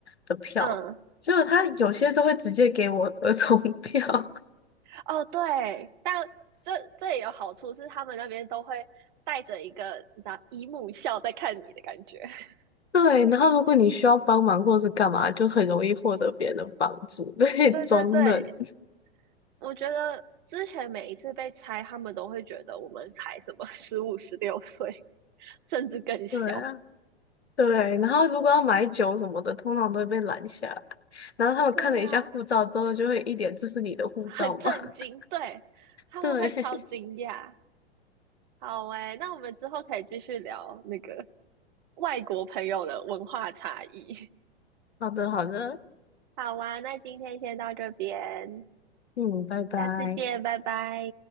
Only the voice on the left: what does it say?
的票，
结果他有些都会直接给我儿童票。
<laughs> 对，然后如果你需要帮忙或是干嘛，就很容易获得别人的帮助，对，
装嫩。
对啊。对，然后如果要买酒什么的，通常都会被拦下来然后他们看了一下护照之后，
就会一脸“这是你的护照吗？”
<laughs>
对，
好的，好的，
嗯，拜拜。